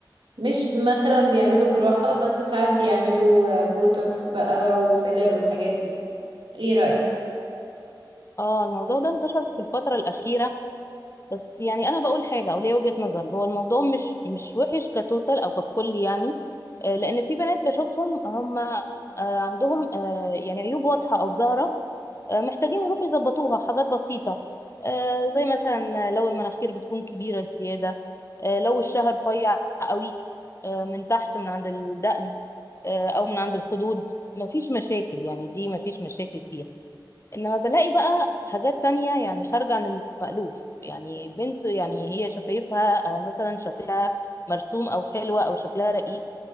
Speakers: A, on the right; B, on the left.
A: مش مثلا بيعملوا جراحه بس ساعات بيعملوا آه، بوتوكس بقى وفيلر والحاجات دي ايه رايك
B: اه الموضوع ده انتشر في الفتره الاخيره بس يعني انا بقول حاجه او ليا وجهه نظر هو الموضوع مش مش وحش كتوتال او ككل يعني آه، لان في بنات بشوفهم هم آه، عندهم آه، يعني عيوب واضحه او ظاهره آه، محتاجين يروحوا يظبطوها حاجات بسيطه آه، زي مثلا لو المناخير بتكون كبيره زياده آه، لو الشهر رفيع قوي آه، من تحت من عند الدقن آه، او من عند الخدود مفيش مشاكل يعني دي مفيش مشاكل فيها انما بلاقي بقى حاجات تانية يعني خارجة عن المألوف يعني بنت يعني هي شفايفها آه، مثلا شكلها مرسوم او حلوة او شكلها رقيق